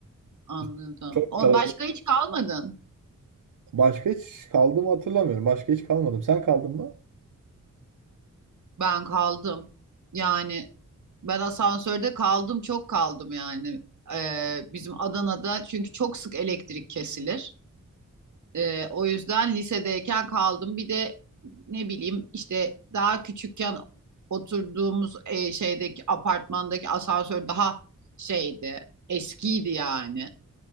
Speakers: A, on the right; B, on the right.
A: Anladım.
B: Biz Çok
A: O
B: kalabalık.
A: başka hiç kalmadın.
B: Başka hiç kaldığımı hatırlamıyorum. Başka hiç kalmadım. Sen kaldın mı?
A: Ben kaldım. Yani ben asansörde kaldım, çok kaldım yani. Ee, bizim Adana'da çünkü çok sık elektrik kesilir. Ee, o yüzden lisedeyken kaldım. Bir de ne bileyim işte daha küçükken oturduğumuz e, şeydeki apartmandaki asansör daha şeydi, eskiydi yani.